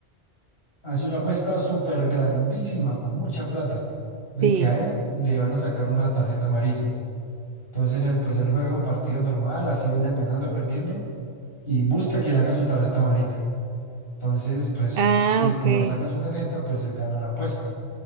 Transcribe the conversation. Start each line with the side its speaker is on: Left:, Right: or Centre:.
Left: hace una apuesta súper grandísima, con mucha plata, de
Right: Sí.
Left: que a él le van a sacar una tarjeta amarilla. Entonces él, pues él juega un partido normal, así vayan ganando, perdiendo, y busca que le hagan su tarjeta amarilla. Entonces, pues,
Right: Ah,
Left: le-
Right: ok.
Left: como le sacan su tarjeta, pues él gana la apuesta.